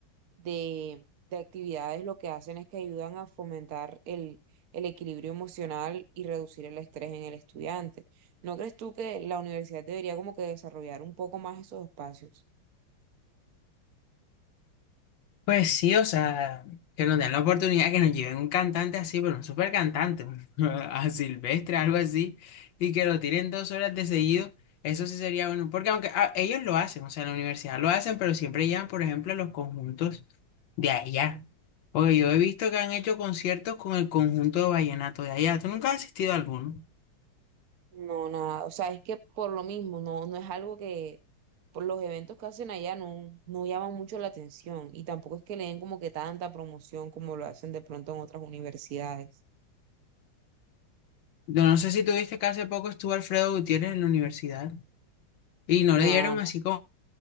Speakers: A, on the right; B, on the left.
A: de, de actividades lo que hacen es que ayudan a fomentar el, el equilibrio emocional y reducir el estrés en el estudiante. ¿No crees tú que la universidad debería como que desarrollar un poco más esos espacios?
B: Pues sí, o sea, que nos den la oportunidad, que nos lleven un cantante así, pero un super cantante, <laughs> a Silvestre, algo así, y que lo tiren dos horas de seguido, eso sí sería bueno, porque aunque ah, ellos lo hacen, o sea, en la universidad lo hacen, pero siempre llevan, por ejemplo, los conjuntos de allá. Porque yo he visto que han hecho conciertos con el conjunto de vallenato de allá. ¿Tú nunca has asistido a alguno?
A: No, nada, o sea, es que por lo mismo, no, no es algo que por los eventos que hacen allá no, no llaman mucho la atención y tampoco es que le den como que tanta promoción como lo hacen de pronto en otras universidades.
B: Yo no sé si tuviste que hace poco estuvo Alfredo Gutiérrez en la universidad y no
A: Nada,
B: le dieron
A: no.
B: así como